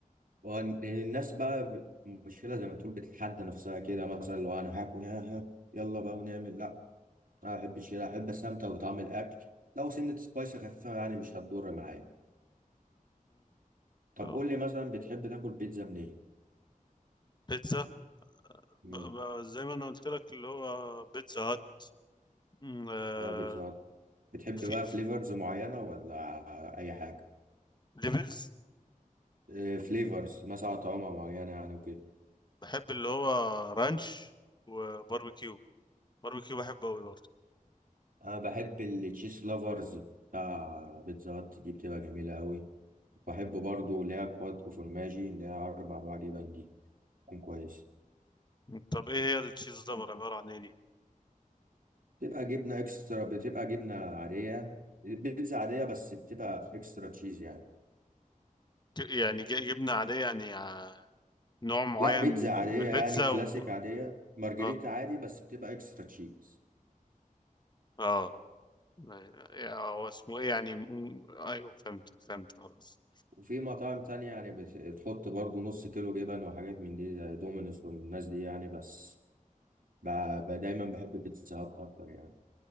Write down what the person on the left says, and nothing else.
امم
بيتزا
ب- ب- زي ما انا قلت لك اللي هو بيتزا هات مم، آه،
في
في-
ليفلز
بحب اللي هو رانش وباربيكيو باربيكيو بحبه قوي برضه
طب ايه هي التشيز دبر عبارة عن ايه دي
ج- يعني ج- جبنة عادية يعني آه، نوع معين
من
من البيتزا
و
اه
اه يعني آه، هو اسمه ايه يعني مم، ايوه فهمت فهمت خلاص